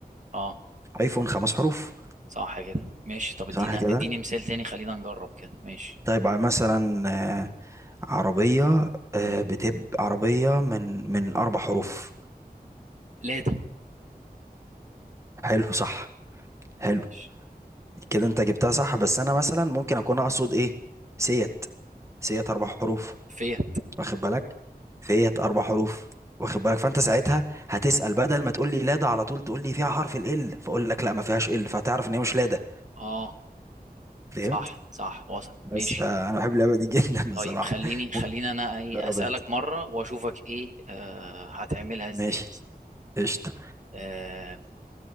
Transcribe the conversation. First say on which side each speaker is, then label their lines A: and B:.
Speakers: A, on the right (about 50°); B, on the right (about 20°).
A: اه
B: أيفون خمس حروف
A: صح كده ماشي طب ادينا
B: صح كده
A: اديني مثال تاني خلينا نجرب كده ماشي
B: طيب ع- مثلا آه، عربية آه، بتبقى عربية من من أربع حروف
A: لادا
B: حلو صح حلو
A: ماشي.
B: كده انت جبتها صح بس انا مثلا ممكن اكون اقصد ايه سيت سيت اربع حروف
A: فيت
B: واخد بالك فيت اربع حروف واخد بالك فانت ساعتها
A: طيب
B: هتسأل بدل ما تقول لي لا ده على طول تقول لي فيها حرف ال ال فاقول لك لا ما فيهاش ال فهتعرف ان هي مش لا ده
A: اه
B: فهمت
A: صح صح وصل
B: بس
A: ماشي
B: فانا بحب اللعبه دي <laughs> جدا بصراحه
A: طيب خليني خليني
B: ممكن
A: انا ايه
B: تجرب
A: اسالك
B: انت
A: مره واشوفك ايه آه هتعملها ازاي
B: ماشي
A: مثلا
B: قشطه
A: آه